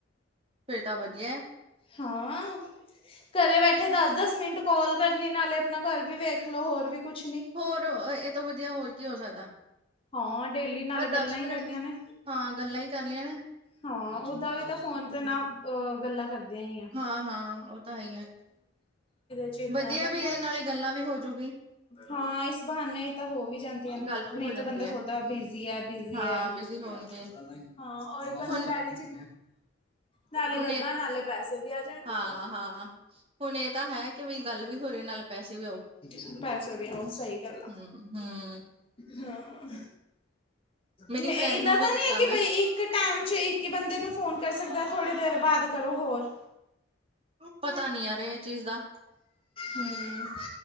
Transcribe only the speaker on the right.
ਫੇਰ ਤਾ ਵਧੀਆ।
ਹੋਰ, ਏ ਤੋ ਵਧੀਆ, ਹੋਰ ਕੀ ਹੋ ਸਕਦਾ।
ਬਸ
ਦਸ
ਮਿੰਟ
ਹਾਂ ਗੱਲਾਂ ਹੀ ਕਰ ਲਈਆਂ ਨੇ।
ਹਾਂ-ਹਾਂ ਉਹ ਤਾਂ ਹੈ ਹੀ ਐ,
ਵਧੀਆ
ਵੀ
ਐ ਨਾਲੇ ਗੱਲਾਂ ਵੀ ਹੋਜੂਗੀ।
ਗੱਲ ਵੀ
ਹੋ ਜਾਂਦੀ
ਐ,
ਹਾਂ
ਬਿਜੀ ਹੋਣਗੇ
ਹੁਣ
ਹੁਣ
ਇਹ
ਹਾਂ-ਹਾਂ ਹੁਣ ਇਹ ਤਾਂ ਹੈ ਕਿ ਬਈ ਗੱਲ ਵੀ ਹੋ ਰਹੀ ਨਾਲ ਪੈਸੇ ਵੀ ਆਊ,
ਹੂੰ-ਹੂੰ।
ਮੇਰੀ
ਫਰੈਂਡ
ਨੂੰ ਵੀ
ਦਿੱਤਾ
ਮੈਂ,
ਪਤਾ ਨੀ ਯਾਰ, ਇਹ ਇਹ ਚੀਜ਼ ਦਾ।